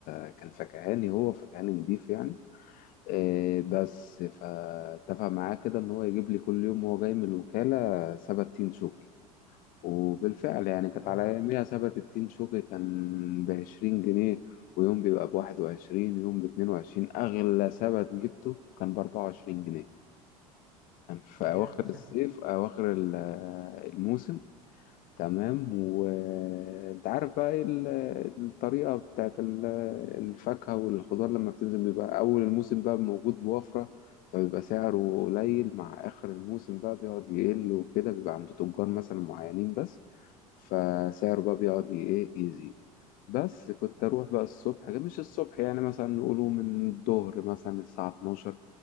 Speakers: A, on the left (about 45°); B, in the centre.
A: آه، كان فكهاني هو فكهاني نضيف يعني آه، بس فاتفق معاه كده ان هو يجيب لي كل يوم وهو جاي من الوكالة سبت تين شوكي وبالفعل يعني كانت
B: اه
A: على اياميها سبت التين شوكي كان بعشرين جنيه ويوم بيبقى بواحد وعشرين ويوم باتنين وعشرين اغلى سبت جبته كان باربعة وعشرين جنيه كان في
B: ايام
A: اواخر
B: <laughs>
A: الصيف اواخر ال- الموسم تمام وانت عارف بقى ايه ال- الطريقة بتاعت ال- الفاكهة والخضار لما بتنزل بيبقى أول الموسم بقى موجود بوفرة فبيبقى سعره قليل مع آخر الموسم بقى بيقعد يقل وكده بيبقى عند تجار مثلا معينين بس فسعره بقى بيقعد ي- ايه يزيد بس كنت أروح بقى الصبح
B: فهمت
A: مش الصبح يعني مثلا نقوله من الظهر مثلا الساعة 12